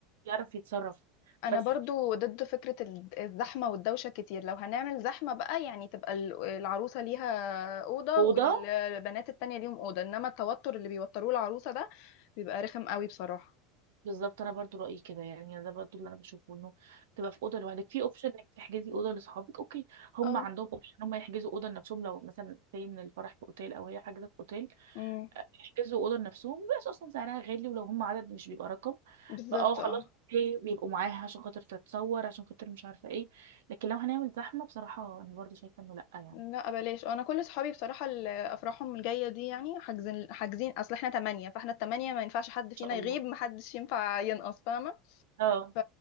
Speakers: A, on the right; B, on the left.
A: يعرف يتصرف
B: انا
A: بس
B: برضو ضد فكرة ال- الزحمة والدوشة كتير لو هنعمل زحمة بقى يعني تبقى ال- العروسة ليها أوضة
A: وده
B: والبنات التانية ليهم أوضة انما التوتر اللي بيوتروه العروسة ده بيبقى رخم قوي بصراحة
A: بالظبط انا برضو رايي كده يعني ده برضو اللي انا بشوفه انه تبقى في اوضه لوحدك في اوبشن انك تحجزي اوضه لاصحابك اوكي هم
B: اه
A: عندهم اوبشن هم يحجزوا اوضه لنفسهم لو مثلا زي ان الفرح في اوتيل او هي حاجزه في اوتيل
B: امم
A: أه، يحجزوا اوضه لنفسهم بس اصلا سعرها غالي ولو هم عدد مش بيبقى رقم
B: بالظبط
A: فاه خلاص
B: اه
A: اوكي بيبقوا معاها عشان خاطر تتصور عشان خاطر مش عارفه ايه لكن لو هنعمل زحمه بصراحه انا برضو شايفه انه لا يعني ان
B: لا بلاش انا كل صحابي بصراحة اللي افراحهم الجاية دي يعني حاجزين حاجزين اصل احنا تمانية فاحنا التمانية ما ينفعش حد
A: شاء
B: فينا
A: الله
B: يغيب محدش ينفع ينقص فاهمة
A: اه
B: ف...